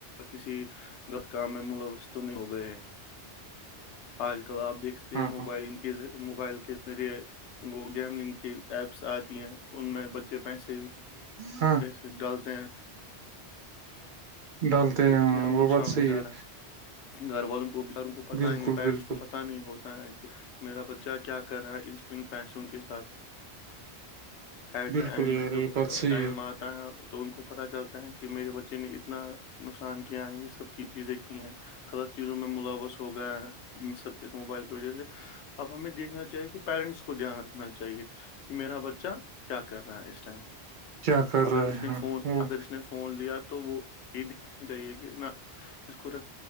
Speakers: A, on the left (about 85°); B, on the right (about 60°).
A: کسی غلط کام میں ملوث تو نہیں ہو گئے آج کل آپ دیکھ
B: ہاں
A: موبائل
B: ہاں
A: موبائل کے ذریعے وہ گیملنگ کے ایپس آتی ہیں ان میں بچے پیسے
B: ہاں
A: پھر ڈالتے ہیں
B: ڈالتے
A: تو
B: ہیں
A: اتنے
B: ہاں
A: نقصان
B: وہ بات
A: ہو
B: صحیح
A: جاتا
B: ہے
A: گھر والوں کو بیچاروں کو پتا
B: بالکل
A: ہی نہیں پیرنٹس
B: بالکل
A: کو پتاہ نہیں ہوتا ہے کہ میرا بچہ کیا کر رہا ہے انسپنگ پیسوں کے ساتھ ایٹ
B: بالکل
A: دا اینڈ
B: یار
A: جب
B: یہ بات صحیح
A: ٹائم
B: ہے
A: آتا ہے تو ان کو پتہ چلتا ہے کہ میرے بچے نے اتنا نقصان کیا ہے یہ سب کی چیزیں کی ہیں غلط چیزوں میں ملاوث ہوگیا ہے ان سب اس موبائل کی وجہ سے اب ہمیں دیکھنا چاہیے کہ پیرنٹس کو دھیان رکھنا چاہیے کہ میرا بچہ کیا کر رہا ہے اس ٹائم
B: کیا کر
A: اگر
B: رہے
A: اس
B: ہیں
A: نے
B: ہاں
A: فون
B: وہ
A: اگر اس نے فون فون لیا تو وہ چاہیے کہ نہ اس کو ر